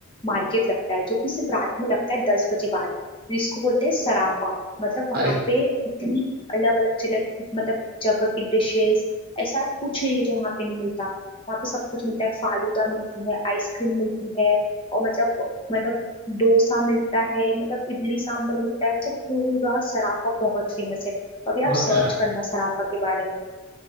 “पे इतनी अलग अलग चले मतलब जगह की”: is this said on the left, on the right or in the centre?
Left